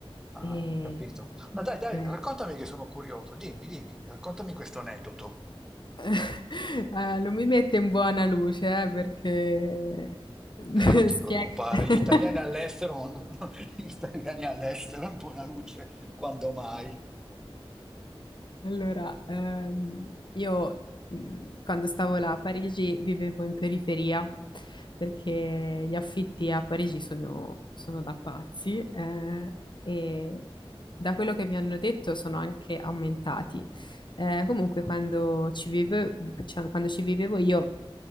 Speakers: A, in the centre; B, on the left (about 50°).
A: Ah,
B: e
A: ho capito. Ma dai, dai,
B: eh,
A: raccontami che sono curioso. Dimmi, dimmi, raccontami questo aneddoto.
B: <laughs> eh, non mi mette in buona luce, eh, perché <laughs>
A: Eh, non ti
B: spiega.
A: preoccupare,
B: <laughs>
A: gli italiani all'estero, non- <laughs> non- gli italiani all'estero in buona luce, quando mai?
B: Allora, ehm, io mh, quando stavo là a Parigi vivevo in periferia perché gli affitti a Parigi sono, sono da pazzi eh, e da quello che mi hanno detto sono anche aumentati. Eh, comunque quando ci vive- cioè, quando ci vivevo io,